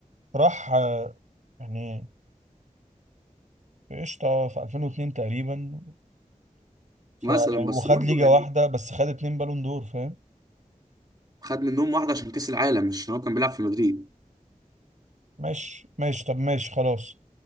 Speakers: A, on the right; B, on the right.
A: راح يعني في قشطه في 2002 تقريبا ف
B: مثلا
A: يعني وخد
B: بس برضه
A: ليجا
B: يعني
A: واحده بس خد اتنين بالون دور فاهم
B: خد منهم واحده عشان كاس العالم مش عشان هو كان بيلعب في مدريد
A: ماشي ماشي طب ماشي خلاص